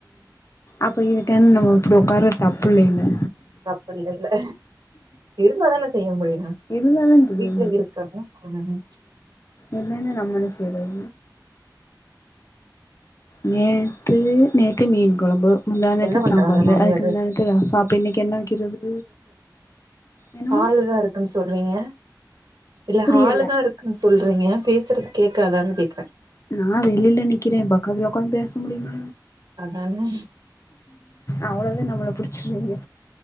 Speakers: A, on the left; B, on the right.
A: அப்போ இதுட்டேந்து நம்ம இப்டி உக்காறது தப்பு இல்லைல
B: தப்பு இல்லலே இருந்தாதானே செய்ய முடியு
A: இருந்தா தா
B: வீட்ல
A: செய்ய
B: இருக்குறதா பண்ணனு
A: இல்லைன்னா நம்ம என்ன செய்றது நேத்து நேத்து மீன் கொழம்பு முந்தா நேத்து
B: என்ன பண்றாங்க
A: சாம்பாரு
B: மாமியாரு
A: அதுக்கு முந்தா நேத்து ரசொ அப்ப இன்னைக்கு என்ன வைக்கிறது என்னமா
B: ஹால்தா இருக்குன் சொர்ரிங்க இல்ல
A: புரியல
B: ஹாலுதா இருக் க்குன் சொல்றீங்க பேசுறது கேக்காதான் கேக்குறே
A: நா வெளில நிக்கிறே பக்கத்துல உக்காந்து பேச முடியுமா
B: அதானே
A: அவ்ளோதா நம்மள புடிச்சிருவாங்கே